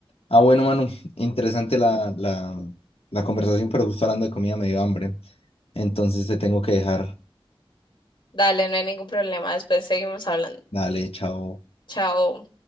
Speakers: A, on the left; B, on the left.
A: Ah, bueno, Manu, interesante la, la, la conversación, pero justo hablando de comida me dio hambre. Entonces te tengo que dejar.
B: dale, no hay ningún problema, después seguimos hablando.
A: Dale, chao.
B: Chao.